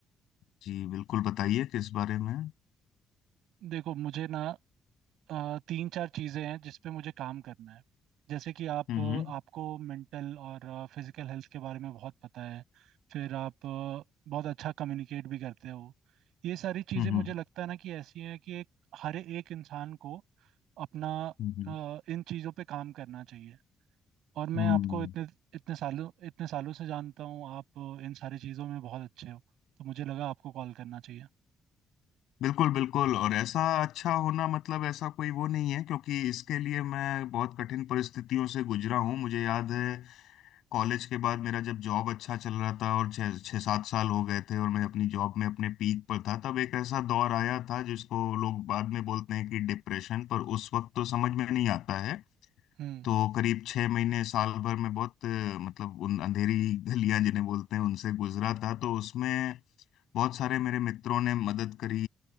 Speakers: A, on the left; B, on the right.
A: जी बिल्कुल बताइए किस बारे में हम्म
B: देखो मुझे ना अ, तीन चार चीज़ें हैं जिस पे मुझे काम करना है जैसे कि आप
A: हम्म
B: अ, आपको मेंटल और फिजिकल हेल्थ के बारे में बहुत पता है फिर आप अ, बहुत अच्छा कम्युनिकेट भी करते हो ये सारी चीज़ें
A: हम्म
B: मुझे
A: हम्म
B: लगता है ना कि ऐसी हैं कि एक हर एक इंसान को अपना
A: हम्म, हम्म।
B: अ, इन चीज़ों पे काम करना चाहिए और मैं
A: हम्म,
B: आपको इतने इतने सालों इतने सालों से जानता हूँ आप अ, इन सारी चीज़ों में बहुत अच्छे हो तो मुझे लगा आपको कॉल करना चाहिए
A: बिल्कुल बिल्कुल और ऐसा अच्छा होना मतलब ऐसा कोई वो नहीं है क्योंकि इसके लिए मैं बहुत कठिन परिस्थितियों से गुजरा हूँ मुझे याद है कॉलेज के बाद मेरा जब जॉब अच्छा चल रहा था और छः छः सात साल हो गए थे और मैं अपनी जॉब में अपने पीक पर था तब एक ऐसा दौर आया था जिसको लोग बाद में बोलते हैं कि डिप्रेशन पर उस वक्त तो समझ में नहीं आता है
B: हम्म
A: तो करीब छः महीने साल भर में बहुत अ, मतलब उन अंधेरी गलियां जिन्हें बोलते हैं उनसे गुजरा था तो उसमें बहुत सारे मेरे मित्रों ने मदद करी